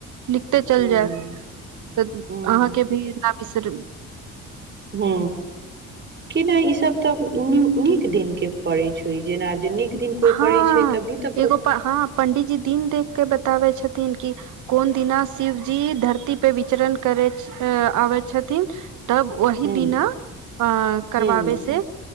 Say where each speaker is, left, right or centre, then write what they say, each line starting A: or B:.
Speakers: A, on the right; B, on the right.
A: लिखते चल
B: हूं
A: जायब त
B: हूं
A: अहाँके भी न बिसर <inaudible>
B: ह किना ईसभ तऽ नीक दिन के पड़ैत छै जेना जे नीक दिन कोइ
A: हाँ
B: पड़ैत छै तभी तऽ
A: एगो हाँ पंडीजी दिन देख के बताबे छथिन कि कोन दिना शिवजी धरती पे विचरण करै आबै छथिन तब वही
B: हूं
A: दिना अ करबाबै
B: हूं
A: से